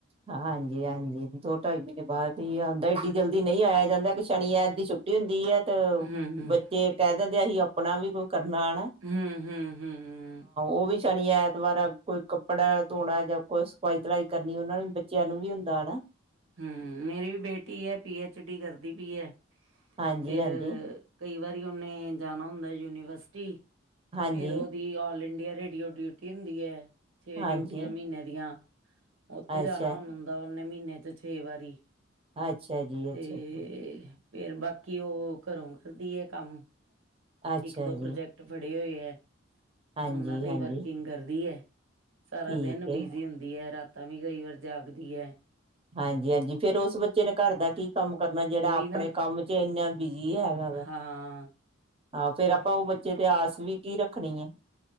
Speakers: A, on the right (about 25°); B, on the right (about 80°).
A: ਹਾਂਜੀ-ਹਾਂਜੀ, ਦੋ, ਢਾਈ ਮਹੀਨੇ ਬਾਅਦ ਹੀ ਆਉਂਦਾ। ਏਡੀ ਜਲਦੀ ਨਹੀਂ ਆਇਆ ਜਾਂਦਾ ਇਕ ਸ਼ਨੀ, ਐਤ ਦੀ ਛੁੱਟੀ ਛੁੱਟੀ ਹੁੰਦੀ ਹੈ ਤੇ,
B: ਹੂੰ ਹੂੰ
A: ਬੱਚੇ ਕਹਿ ਦਿੰਦੇ ਅਸੀਂ ਆਪਣਾ ਵੀ ਕੋਈ ਕਰਨਾ ਆ ਨਾ।
B: ਹਮ-ਹਮ -ਹਮ
A: ਓ ਵੀ ਸ਼ਨੀ- ਐਤਵਾਰ ਕੋਈ ਕੱਪੜਾ ਧੋਣਾ ਜਾਂ ਕੋਈ ਸਫਾਈ ਤਲਾਈ ਕਰਨੀ ਓਨਾਂ ਨੇ ਬੱਚੇਆਂ ਨੂੰ ਵੀ ਹੁੰਦਾ ਹਨਾ
B: ਹਮ ਮੇਰੀ ਵੀ ਬੇਟੀ ਆ, ਪੀ ਐਚ ਡੀ ਕਰਦੀ ਪਈ ਆ,
A: ਹਾਂਜੀ
B: ਫਿਰ
A: ਹਾਂਜੀ
B: ਕਈ ਵਾਰੀ ਓਨੇ ਜਾਣਾ ਹੁੰਦਾ ਯੂਨੀਵਰਸਿਟੀ
A: ਹਾਂਜੀ
B: ਫੇਰ ਓ ਦੀ ਆਲ- ਇੰਡੀਆ ਰੇਡੀਓ ਡਿਊਟੀ ਹੁੰਦੀ ਆ ਛੇ
A: ਹਾਂਜੀ
B: ਡਿਊਟੀਆਂ ਮੀਨੇ ਦੀਆਂ ਓਥੇ
A: ਅੱਛਾ
B: ਜਾਣਾ ਹੁਣ ਹੁੰਦਾ ਓਨੇ ਮੀਨੇ ਚ ਛੇ ਵਾਰੀ
A: ਅੱਛਾ ਜੀ
B: ਤੇ
A: ਅੱਛਾ ਜੀ
B: ਫੇਰ ਬਾਕੀ ਓ ਘਰੋਂ ਕਰਦੀ ਆ ਕੰਮ
A: ਅੱਛਾ
B: ਇੱਕ ਦੋ
A: ਜੀ
B: ਪ੍ਰੋਜੈਕਟ ਫੜੇ ਹੋਏ ਆ,
A: ਹਾਂਜੀ
B: ਔਨਾਂ ਤੇ
A: ਹਾਂਜੀ
B: ਵਰਕਿੰਗ ਕਰਦੀ ਐ ਸਾਰਾ
A: ਠੀਕ
B: ਦਿਨ ਬਿਜੀ
A: ਹੈ
B: ਹੁੰਦੀ ਆ, ਰਾਤਾਂ ਵੀ ਕਈ ਵਾਰ ਜਾਗਦੀ ਐ
A: ਹਾਂਜੀ -ਹਾਂਜੀ ਫੇਰ ਉਸ ਬੱਚੇ ਨੇ ਘਰ ਦਾ ਕੀ ਕੰਮ ਕਰਨਾ ਜੇੜਾ
B: ਉਹੀ
A: ਆਪਣੇ
B: ਨਾ
A: ਕੰਮ ਚ ਏਨਾ ਬਿਜੀ ਆ ਹੈਗਾ,
B: ਹਾਂ
A: ਹਾ ਫੇਰ ਆਪਾਂ ਓ ਬੱਚੇ ਤੇ ਆਸ ਵੀ ਕੀ ਰੱਖਣੀ ਆ